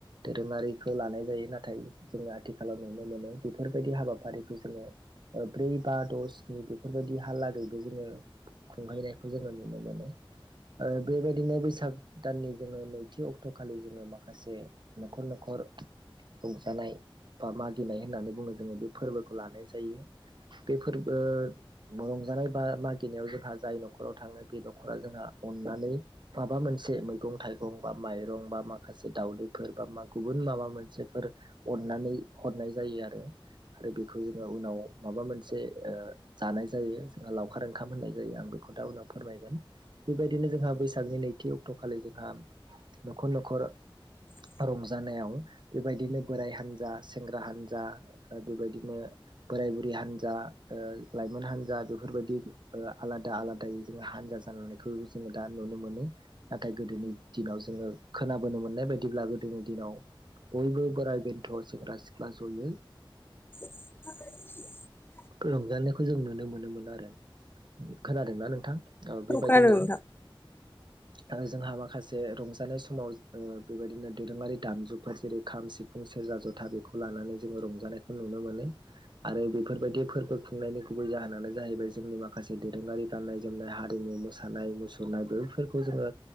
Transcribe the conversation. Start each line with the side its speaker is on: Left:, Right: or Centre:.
Right: दोरोङारिखौ लानाय जायो नाथाय जोङो आथिखालाव नुनो मोनो बेफोरबायदि हाबाफारि जोङो ब्रै बा द स्नि बेफोरबायदि हालागैबो जोङो खुंहैनायखौ जोङो नुनो मोनो ओ बेबायदिनो बैसाग दाननि जोङो नैथि अक्ट' खालि जोङो मा खासे न'खर न'खर रंजानाय बा मागिनाय होननानै बुङो जोङो बे फोरबोखौ लानाय जायो बे फोरबो रंजानाय बा मागिनायाव जोंहा जाय न'खराव थाङो बे न'खरा जोंहा अननानै माबा मोनसे मैं मैगं थाइगं बा माइरं बा मा खासे दावउदैफोर बा मा गुबुन माबा मोनसेफोर अननानै हरनाय जायो आरो आरो बेखौ जोङो उनाव माबा मोनसे ओ जानाय जायो जोंहा लावखार ओंखाम होननाय जायो आं बेखौ <unintelligible> उनाव फोरमायगोन बेबायदिनो जोंहा बैसागनि नैथि अक्ट' खालि जोंहा न'खर न'खर
Left: <inaudible>
Right: रंजानायाव बेबायदिनो बोराइ हान्जा सेंग्रा हान्जा बेबायदिनो बोराय बुरि हान्जा ओ लाइमोन हान्जा बेफोरबायदि ओ आलादा आलादायै जोङो हानजा <unintelligible> जोङो दा नुनो मोनो नाथाय गोदोनि दिनाव जोङो <unintelligible> मोननाय बायदिब्ला गोदोनि दिनाव बयबो बोराइ बेन्थ' सेंग्रा सिख्ला क्ला जयै
Left: <unintelligible>
Right: रंजानायखौ जों नुनो मोनोमोन आरो खोनादोंना नोंथां बेबायदिनो
Left: औ खोनादों नोंथां
Right: आरो जोंहा माखासे रंजानाय समाव ओ बेबायदिनो दोरोङारि दामजुफोर जेरै खाम सिफुं सेरजा जथा बेखौ लानानै जोङो रंजानायखौ नु नो मोनो आरो बेफोरबायदि फोरबो खुंनायनि गुबै जाहोनानो जाहैबाय जोंनि माखासे दोरोङारि गान नाय जोमनाय हारिमु मोसानाय मुसुरनाय बेफोरखौ जोङो